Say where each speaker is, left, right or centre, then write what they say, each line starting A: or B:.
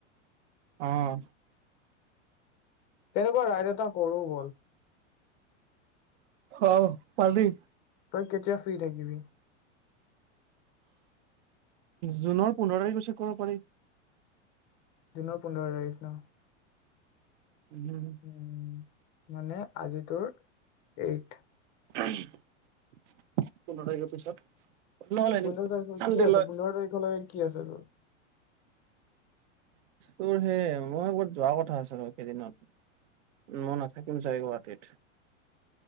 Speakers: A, on the right; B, on the left.
A: আহ
B: তেনেকুৱা ৰাইড এটা কৰো ব'ল।
A: অ' পাৰি।
B: তই কেতিয়া ফ্ৰী থাকিবি?
A: জুনৰ পোন্ধৰ তাৰিখছে ক'ব পাৰি।
B: জুনৰ পোন্ধৰ তাৰিখ ন?
A: উম',
B: উম মানে আজি তোৰ এইট।
A: উমহ পোন্ধৰ তাৰিখৰ পিছত। নহ'লে
B: পোন্ধৰ তাৰিখ
A: চানডে
B: কি আছে
A: লয়
B: পোন্ধৰ তাৰিখলৈকে কি আছে তোৰ?
A: তোৰ সেই মই বত যোৱা কথা আছিল কেইদিনত মই নাথাকিম চাগ গুৱাহাটীত।